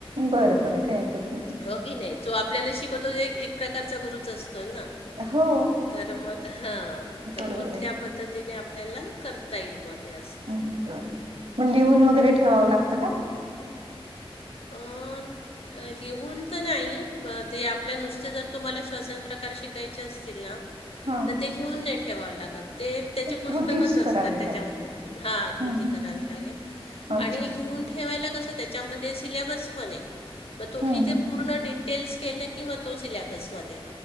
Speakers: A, on the right; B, on the left.
A: बरं बरं काही हरकत नाही.
B: हो की नाही जो आपल्याला शिकवतो एक- एक प्रकारचा गुरुच असतोय ना.
A: हो.
B: तर मग हा तर
A: बरोबर
B: मग
A: आहे
B: त्या पद्धतीने आपल्याला करता येईल ब ते असं.
A: बरं मग लिहून वगैरे ठेवावं लागतं का?
B: अं, लिहून तर नाही ब ते आपल्या नुसते जर तुम्हाला श्वसन प्रकार शि कायचे असतील ना
A: हा
B: तर ते लिहून नाही ठेवावं लागत. ते त्याचे पुस्तकच
A: कृतीच करावी
B: असतात त्याच्यामध्ये
A: लागेल
B: हा
A: हम्म
B: कृती करावी लागेल.
A: अच्छा
B: आणि लिहून ठेवायला कसं त्याच्यामध्ये सिलॅबस पण आहे मग
A: हम्म
B: तुम्ही ते
A: हम्म
B: पूर्ण डि टेल्स केल्या किंवा तो सिलॅबसमध्ये